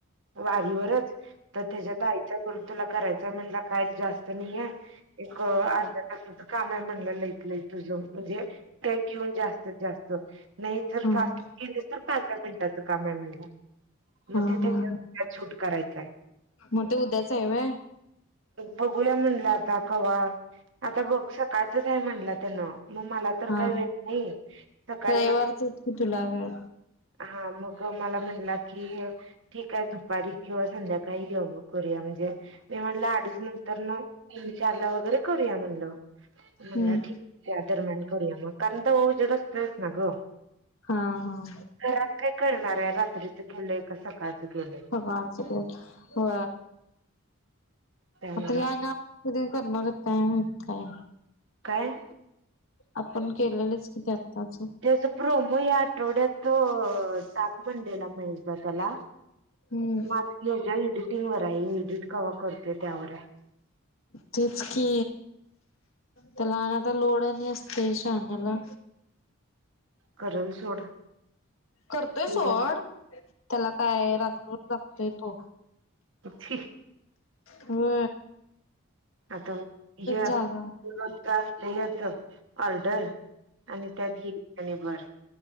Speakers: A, on the right; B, on the left.
A: वारीवरच तर त्याच्यात आईच. तुला करायचा म्हणला काही जास्त नाहीय. एक अर्ध्या तासाचं काम आहे म्हणलं लईकलं तुझ म्हणजे ते घेऊन जास्तीत जास्त नाही जर
B: हा
A: फास्ट
B: हा
A: केले तर पाधरा मिनिटाचं काम म्हलं.
B: हा
A: मग ते
B: हा
A: त्याच्या शूट करायचंय.
B: मग ते उद्याच आहेवय.
A: बघूया म्हणलं आता कवा आता बघ सकाळ य म्ह म म तर
B: हा
A: काही वेळ नाही सकाळी
B: रविवारच
A: म
B: की तुला वेळ
A: हा मग मला म्हणला की ठीक आहे दुपारी किंवा संध्याकाळी काही करूया म्हणजे मी म्हटलं अडीच तर ना तीन चार ला वगैरे करूया म्हणलं. म्हणला
B: हम्म
A: ठीक त्या दरम्यान करूया मग कारण तर जडच्ट्रेस ना ग.
B: हां हां.
A: घरात काय कळणार आहे रात्रीचं केलंय का सकाळचं केलंय.
B: आता
A: त्यामुळं
B: ह ना. कधी करणारच टाम आहेत काय?
A: काय?
B: आपण केलेलंच किती आत्ताचं.
A: त्याच प्रोमो या आठवड्यात तो ताकमंडेला म्हहेशबा त्याला
B: हम्म
A: माकी हच्या एडिटिंग वर आहेी एडिट क करते त्यावर
B: तेच क तर लना तर लोड नाही असत तेशनला
A: करल सोड
B: करतय
A: पहिला
B: सवड त्याला काय रात्रीर लागतय तो
A: पे
B: हो
A: आता हे आता
B: जागा
A: त्रास नाहीच ऑर्डर आणि त्यात हि आणि बर